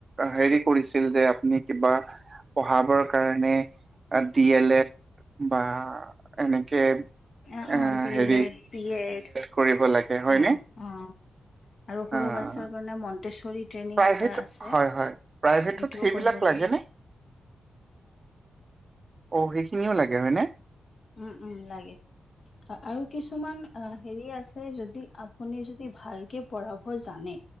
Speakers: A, on the right; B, on the left.
A: হেৰি কৰিছিল যে আপুনি বা পঢ়াবৰ কাৰণে আ ডি এল এড বা এনেকে
B: আহ
A: এ
B: অ ডি
A: হেৰি
B: এল এড, বি এড
A: কৰিব লাগে হয়নে?
B: অ অ। আৰু সৰু
A: অ',
B: বাচ্ছাৰ কাৰণে মন্তেশ্বৰী ট্ৰেইনিং
A: প্ৰাইভেট
B: এটা আছে।
A: হয় হয় প্ৰাইভেটত
B: এইটোও
A: সেইবিলাক
B: কৰিব
A: লাগে
B: পাৰে
A: নে? অ সেইখিনিও লাগে হয়নে?
B: উম উম লাগে আৰু কিছুমান অ হেৰি আছে যদি আপুনি যদি ভালকে পঢ়াব জানে